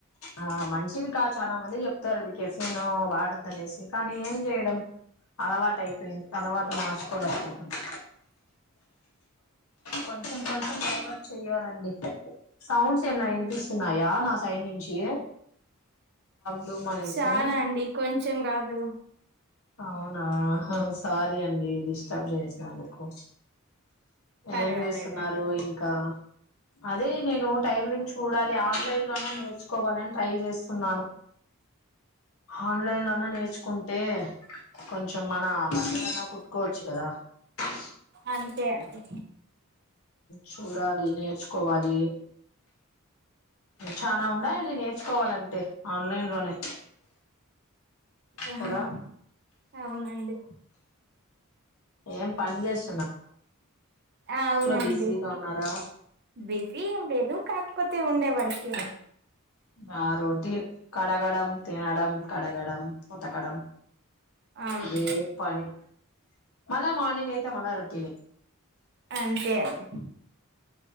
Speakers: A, on the left; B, on the right.
A: ఆ మంచిది కాద్ చాలా మంది చెప్తారు అది కెఫీన్ వాడోద్దనేసి కానీ ఏం చేయడం అలవాటు అయిపోయింది అలవాటు మార్చుకోలేకపోతున్నా కొంచెం కొంచెం డైవర్ట్ చెయ్యాలండి సౌండ్స్ ఏమైన వినిపిస్తున్నాయా నా సైడ్ నుంచి డూమ్ అనేసి
B: చనా అండి కొంచెం కాదు
A: అవునా హస్ సారీ అండి డిస్టర్బ్ చేసినందుకు
B: పర్వాలేదండి
A: ఏం చేస్తున్నారు ఇంకా అదే నేను టైలరింగ్ చూడాలి ఆన్లైన్ లో ఐన నే నేర్చుకోవాలని ట్రై చేస్తున్నాను ఆన్లైన్ లోనే నేర్చుకుంటే కొంచెం మన బట్టలన్నా కుట్టుకోవచ్చు కదా ఆ
B: అంతే అంతే
A: చూడాలీ నే కోవాలి చానా ఉన్నాయండి నేర్చుకోవాలంటే లైన్ లోనే
B: ఆహ్
A: కదా
B: అవునండి
A: ఏం ప పని చేస్
B: అవునండి
A: బిజీగా ఉన్నారా
B: బిజీ ఏం లేదు కాకపోతే ఉండే వర్కే
A: బా రోటీ ఎ కర్ అడగడం తినడం కడగడం ఉతకడం
B: అవును
A: ఇదే పని మళ మార్నింగ్ అయితే మన రొటీని
B: అంతే అండి